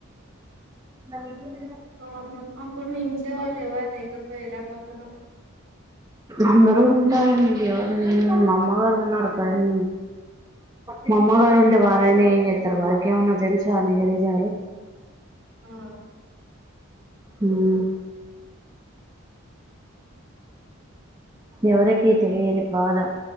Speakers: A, on the right; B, on the right.
A: నం విప్పుంది
B: అవును అప్పుడు మీ ఇంట్ల వాళ్ళు ఎవరు లేకపోయిరా పక్కన
A: అందరు ఉంటారండి ఎవరన్న మా అమ్మగారు ఉన్నారు కానీ మా అమ్మగారు
B: హ్మ్
A: ఉంటే వారైనా ఏం చెత్తరు వారికి ఏమన్నా తెలుసా అండి నిజాలు
B: ఆ
A: ఉమ్ ఎవరికిీ తెలియని బాధ